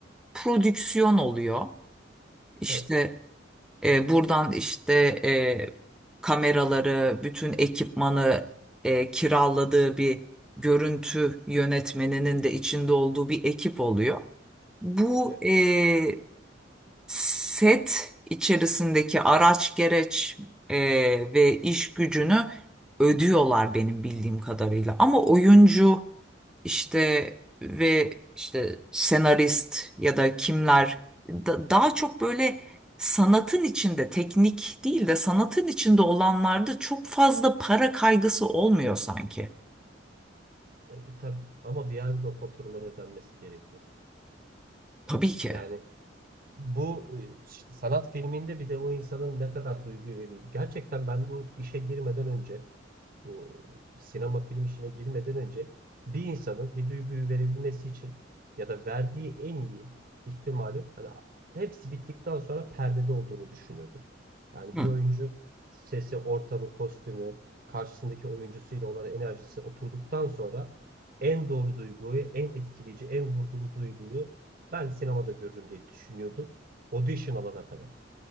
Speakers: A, in the centre; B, on the right.
A: prodüksiyon oluyor. İşte
B: Evet,
A: E, buradan işte e, kameraları, bütün ekipmanı e, kiraladığı bir görüntü yönetmeninin de içinde olduğu bir ekip oluyor. Bu
B: evet.
A: e, set içerisindeki araç gereç e, ve iş gücünü ödüyorlar benim bildiğim kadarıyla. Ama oyuncu işte ve işte senarist ya da kimler da- daha çok böyle sanatın içinde teknik değil de sanatın içinde olanlarda çok fazla para kaygısı olmuyor sanki.
B: E, tabii ama bir yerde de o faturaların ödenmesi gerekiyor.
A: Tabii ki.
B: Yani Bu e, işte sanat filminde bir de o insanın ne kadar duygu veriyor. Gerçekten ben bu işe girmeden önce, bu sinema film işine girmeden önce bir insanın bir duyguyu verebilmesi için ya da verdiği en iyi ihtimalin hani hepsi bittikten sonra perdede olduğunu düşünürdüm. Yani
A: Hı.
B: bir oyuncu sesi, ortamı, kostümü, karşısındaki oyuncusuyla olan enerjisi oturduktan sonra en doğru duyguyu, en etkileyici, en vurgulu duyguyu ben sinemada görürüm diye düşünüyordum. Audition alana kadar.